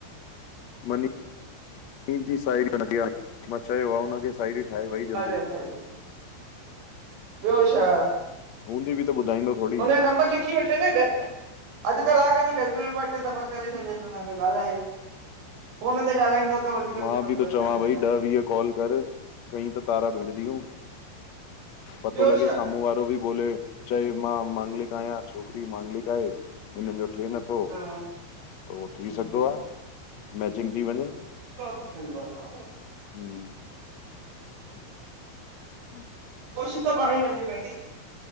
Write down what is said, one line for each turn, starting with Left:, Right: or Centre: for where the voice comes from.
Left: मनी जी सयारी खे चयो आहे हुन खे। ठाहे वई जल्दी।
Right: अरे भाई ॿियो छा
Left: हूंदी बि त ॿुधाईंदो थोरी
Right: हुनजो नंबर लिखी वठे न अधु कलाक में घर में ॿ टे दफ़ा करे छॾ ॻाल्हाए फोन ते ॻाल्हाईंदो। त वधीक
Left: मां
Right: सुठो ईंदो
Left: बि त चवां
Right: न हिन जे
Left: भई ॾह वीह कॉल कर कई त तारा भेट ॾूयू।
Right: लाइ
Left: पतो
Right: ॿियो
Left: लॻे
Right: छा
Left: साम्हूं वारो बि बोले चवे। मां मांगलिक आहियां छोकरी मांगलिक आहे हिननि जो।
Right: हा हम्म
Left: थी सघदो आहे मैचिंग थी वञे।
Right: <unintelligible>
Left: हम <inaudible>
Right: कोशिश त पाणई करणी पवंदी।